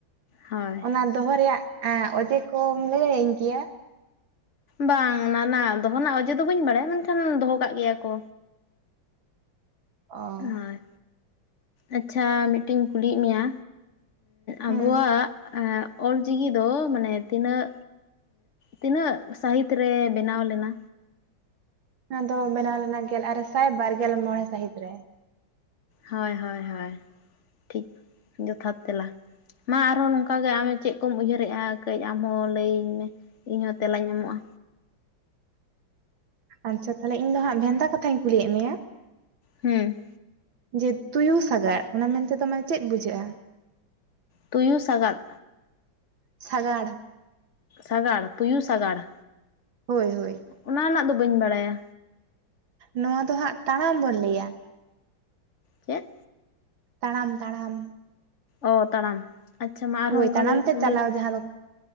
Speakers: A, on the left; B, on the right.
A: ᱦᱳᱭ
B: ᱚᱱᱟ ᱫᱚᱦᱚ ᱨᱮᱭᱟᱜ ᱚᱡᱮ ᱠᱚᱢ ᱞᱟᱹᱭᱟᱹᱧ ᱜᱮᱭᱟ
A: ᱵᱟᱝ ᱚᱱᱟ ᱨᱮᱱᱟᱜ ᱫᱚᱦᱚ ᱨᱮᱱᱟᱜ ᱚᱡᱮ ᱫᱚ ᱵᱟᱹᱧ ᱵᱟᱲᱟᱭᱟ ᱢᱮᱱᱠᱷᱟᱱ ᱫᱚᱦᱚ ᱠᱟᱜ ᱜᱮᱭᱟ ᱠᱚ
B: ᱚ
A: ᱦᱳᱭ ᱟᱪᱪᱷᱟ ᱢᱤᱫᱴᱮᱜ ᱤᱧ ᱠᱩᱞᱤᱭᱮᱫ ᱢᱮᱭᱟ
B: ᱦᱮᱸ
A: ᱟᱵᱚᱣᱟᱜ ᱚᱞ ᱪᱤᱠᱤ ᱫᱚ ᱢᱟᱱᱮ ᱛᱤᱱᱟᱹᱜ ᱛᱤᱱᱟᱹᱜ ᱥᱟᱹᱦᱤᱛ ᱨᱮ ᱵᱮᱱᱟᱣ ᱞᱮᱱᱟ
B: ᱚᱱᱟ ᱫᱚ ᱵᱮᱱᱟᱣ ᱞᱮᱱᱟ ᱜᱮᱞ ᱟᱨᱮ ᱥᱟᱭ ᱵᱟᱨᱜᱮᱞ ᱢᱚᱬᱮ ᱥᱟᱹᱦᱤᱛ ᱨᱮ
A: ᱦᱳᱭ ᱦᱳᱭ ᱦᱳᱭ ᱴᱷᱤᱠ ᱡᱚᱛᱷᱟᱛ ᱛᱮᱞᱟ ᱢᱟ ᱟᱨᱦᱚᱸ ᱱᱚᱝᱠᱟ ᱜᱮ, ᱟᱢ ᱪᱮᱜ ᱠᱚᱢ ᱩᱭᱦᱟᱹᱨᱮᱜᱼᱟ ᱠᱟᱹᱡ ᱟᱢ ᱦᱚᱸ ᱞᱟᱹᱭᱟᱹᱧ ᱢᱮ᱾ ᱤᱧᱦᱚᱸ ᱛᱮᱞᱟᱧ ᱮᱢᱚᱜᱼᱟ᱾
B: ᱟᱪᱪᱷᱟ, ᱛᱟᱦᱚᱞᱮ ᱤᱧ ᱫᱚ ᱦᱟᱸᱜ ᱵᱷᱮᱱᱛᱟ ᱠᱟᱛᱷᱟᱧ ᱠᱩᱞᱤᱭᱮᱫ ᱢᱮᱭᱟ᱾
A: ᱦᱩᱸ
B: ᱡᱮ ᱛᱩᱭᱩ ᱥᱟᱜᱟᱫ ᱾ ᱚᱱᱟ ᱢᱮᱱᱛᱮ ᱫᱚ ᱢᱟᱱᱮ ᱪᱮᱫ ᱵᱩᱡᱷᱟᱹᱜᱼᱟ?
A: ᱛᱩᱭᱩ ᱥᱟᱜᱟᱫ᱾
B: ᱥᱟᱜᱟᱲ
A: ᱥᱟᱜᱟᱲ ᱾ ᱛᱩᱭᱩ ᱥᱟᱜᱟᱲ᱾
B: ᱦᱳᱭ, ᱦᱳᱭ᱾
A: ᱚᱱᱟ ᱨᱮᱱᱟᱜ ᱫᱚ ᱵᱟᱹᱧ ᱵᱟᱲᱟᱭᱟ᱾
B: ᱱᱚᱣᱟ ᱫᱚ ᱦᱟᱸᱜ ᱛᱟᱲᱟᱢ ᱵᱚᱱ ᱞᱟᱹᱭᱼᱟ᱾
A: ᱪᱮᱫ
B: ᱛᱟᱲᱟᱢ ᱛᱟᱲᱟᱢ
A: ᱚ ᱛᱟᱲᱟᱢ ᱟᱪᱪᱷᱟ ᱢᱟ
B: ᱦᱳᱭ
A: ᱟᱨᱦᱚᱸ ᱚᱱᱠᱟ
B: ᱛᱟᱲᱟᱢ
A: ᱜᱮ
B: ᱛᱮ
A: ᱠᱩᱞᱤ
B: ᱪᱟᱞᱟᱣ ᱡᱟᱦᱟᱸ ᱫᱚ᱾